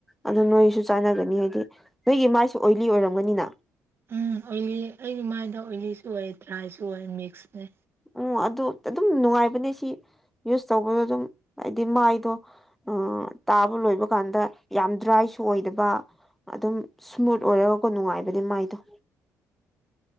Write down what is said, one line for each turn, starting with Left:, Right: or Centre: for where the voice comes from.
Centre: ꯑꯗꯨ ꯅꯣꯏꯁꯨ ꯆꯥꯟꯅꯒꯅꯤ ꯍꯥꯏꯗꯤ ꯅꯣꯏꯒꯤ ꯃꯥꯏꯁꯨ ꯑꯣꯏꯂꯤ ꯑꯣꯏꯔꯝꯒꯅꯤꯅ꯫
Right: ꯎꯝ ꯑꯣꯏꯂꯤ ꯑꯩꯒꯤ ꯃꯥꯏꯗ ꯑꯣꯏꯂꯤꯁꯨ ꯑꯣꯏꯌꯦ ꯗꯔ꯭ꯥꯏꯁꯨ ꯑꯣꯏꯌꯦ ꯃꯤꯛꯁꯅꯦ꯫
Centre: ꯎꯝ ꯑꯗꯨ ꯑꯗꯨꯝ ꯅꯨꯡꯉꯥꯏꯕꯅꯦ ꯁꯤ ꯌꯨꯁ ꯇꯧꯕꯗ ꯑꯗꯨꯝ ꯍꯥꯏꯗꯤ ꯃꯥꯏꯗꯣ꯫ ꯑꯥ ꯇꯥꯕ ꯂꯣꯏꯕ ꯀꯥꯟꯗ ꯌꯥꯝ ꯗ꯭ꯔꯥꯏꯁꯨ ꯑꯣꯏꯗꯕ ꯑꯗꯨꯝ ꯁꯃꯨꯠ ꯑꯣꯏꯔꯒꯀꯣ ꯅꯨꯡꯉꯥꯏꯕꯅꯦ ꯃꯥꯏꯗꯣ꯫